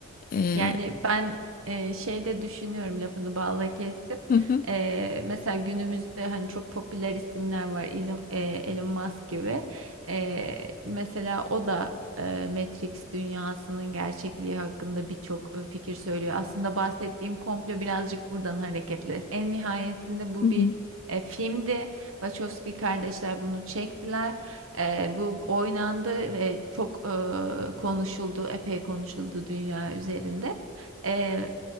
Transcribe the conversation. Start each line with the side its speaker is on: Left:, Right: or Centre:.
Left: E,
Right: Yani ben e, şeyde düşünüyorum lafını bağla kestim.
Left: hı hı,
Right: E, mesela günümüzde hani çok popüler isimler var Elon, e, Elon Musk gibi. E, mesela o da e, Matrix dünyasının gerçekliği hakkında birçok e, fikir söylüyor. Aslında bahsettiğim komplo birazcık buradan hareketle. En nihayetinde bu
Left: hı hı,
Right: bir e, filmdi. Wachowski kardeşler bunu çektiler. Eee, bu oynandı ve çok, eee, konuşuldu, epey konuşuldu dünya üzerinde. Eee,